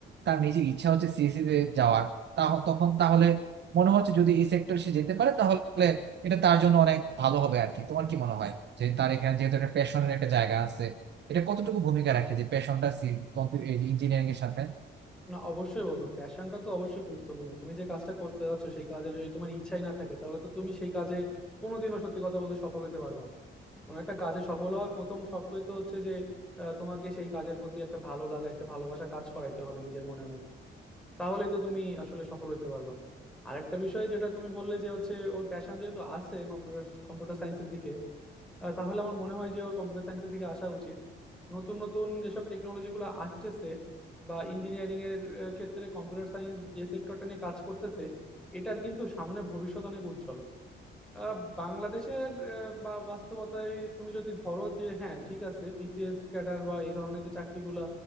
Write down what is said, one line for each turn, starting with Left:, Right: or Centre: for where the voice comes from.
Right: তার নিজের ইচ্ছা হচ্ছে সিএসসি তে যাওয়ার তাহ- তখন তাহলে মনে হচ্ছে যদি এই সেক্টরে সে যেতে পারে তাহলে এটা তার জন্য অনেক ভালো হবে আর কি তোমার কি মনে হয় যে তার এখানে যেহেতু একটা প্যাশনের একটা জায়গা আছে এটা কতটুকু ভূমিকা রাখে যে প্যাশনটা ইঞ্জিনিয়ারিং এর সাথে
Centre: না অবশ্যই বন্ধু প্যাশনটা তো অবশ্যই গুরুত্বপূর্ণ তুমি যে কাজটা করতে যাচ্ছ সেই কাজে যদি তোমার ইচ্ছাই না থাকে তাহলে তো তুমি সেই কাজে কোনোদিনও সত্যি কথা বলতে সফল হতে পারবে না কোনো একটা কাজে সফল হওয়ার প্রথম শর্তই তো হচ্ছে যে আহ, তোমাকে সেই কাজের প্রতি একটা ভালো লাগা একটা ভালোবাসা কাজ করাইতে হবে নিজের মনের মধ্যে তাহলেই তো তুমি আসলে সফল হইতে পারবে আর একটা বিষয় যেটা তুমি বললে যে হচ্ছে ওর প্যাশন যেহেতু আছে কম্পিউটার কম্পিউটার সায়েন্সের দিকে আহ, তাহলে আমার মনে হয় যে ওর কম্পিউটার সায়েন্সের দিকে আসা উচিত নতুন নতুন যেসব টেকনোলজি গুলো আসতেছে বা ইঞ্জিনিয়ারিং এর আহ, ক্ষেত্রে কম্পিউটার সায়েন্স যে সেক্টরটা নিয়ে কাজ করতেছে এটার কিন্তু সামনে ভবিষ্যৎ অনেক উজ্জ্বল আহ, বাংলাদেশের আহ, বা- বাস্তবতায় তুমি যদি ধরো যে হ্যাঁ ঠিক আছে বিসিএস ক্যাডার বা এই ধরনের যে চাকরিগুলা